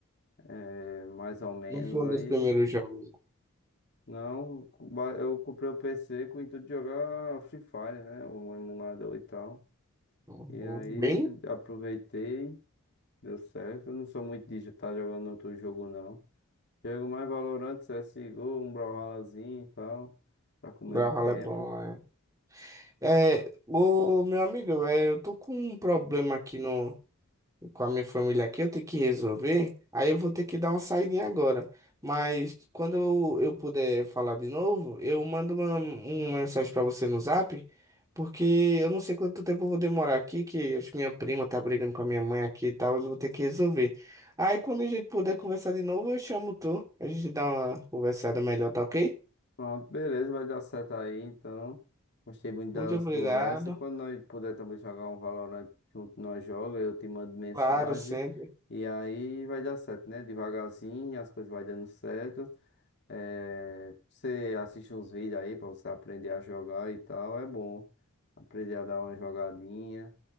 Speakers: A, on the left (about 50°); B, on the right (about 15°).
A: é, mais ou menos.
B: Não foi um
A: Aí,
B: dos primeiros jogos.
A: não, ba- eu comprei o PC com o intuito de jogar Free Fire, né? O emulador e tal.
B: Uhum.
A: E aí,
B: Bem,
A: aproveitei, deu certo. Eu não sou muito de estar jogando outro jogo, não. Jogo mais Valorant, CSGO, um Brawlhallazinho e tal, pra comer
B: Brawlhalla
A: um tempo.
B: é bom, é. É, ô, meu amigo, é, eu tô com um problema aqui no, com a minha família aqui, eu tenho que resolver. Aí eu vou ter que dar uma saidinha agora. Mas quando eu, eu puder falar de novo, eu mando uma, uma mensagem pra você no Zap, porque eu não sei quanto tempo eu vou demorar aqui, que acho que minha prima tá brigando com a minha mãe aqui e tal, eu vou ter que resolver. Aí quando a gente puder conversar de novo, eu chamo tu. A gente dá uma conversada melhor, tá ok?
A: Pronto, beleza, vai dar certo aí, então. Gostei muito
B: Muito
A: da nossa
B: obrigado.
A: conversa. Quando nós puder também jogar um Valorant junto, nós joga, eu te mando mensagem.
B: Claro, sempre.
A: E aí vai dar certo, né? Devagarzinho, as coisas vai dando certo. É, você assiste uns vídeos aí pra você aprender a jogar e tal, é bom. Aprender a dar uma jogadinha,